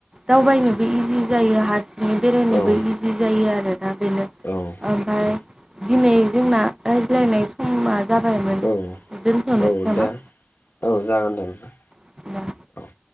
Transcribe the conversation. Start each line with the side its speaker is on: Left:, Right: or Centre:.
Right: दावबायनोबो इजि जायो हारसिं बेरायनोबो
Left: औ
Right: इजि जायो आरोना बेनो
Left: औ
Right: ओमफाय
Left: औ
Right: दिनै जोंना रायज्लायनाय समा जाबायमोन
Left: औ,
Right: दोनथ'नोसै
Left: औ
Right: नामा
Left: दे, औ जागोन दे नोंथां
Right: होमबा
Left: औ।